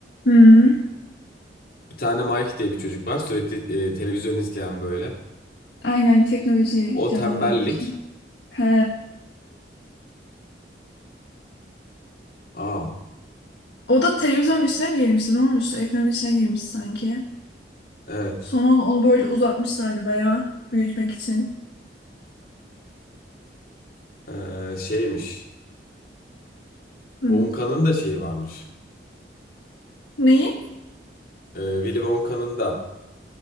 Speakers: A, on the left; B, on the left.
A: Hmm,
B: bir tane Mike diye bir çocuk var sürekli e, televizyon izleyen böyle
A: aynen teknoloji
B: o
A: canavarı
B: tembellik
A: gibi bir şey. He.
B: aa
A: O da televizyonun içine mi girmişti? Ne olmuştu? Ekranın içine girmiş sanki.
B: evet
A: Sonra onu onu böyle uzatmışlardı bayağı büyütmek için.
B: Ee, şeymiş
A: Hı.
B: Wonka'nın da şeyi varmış
A: Neyi?
B: Ee, Willy Wonka'nın da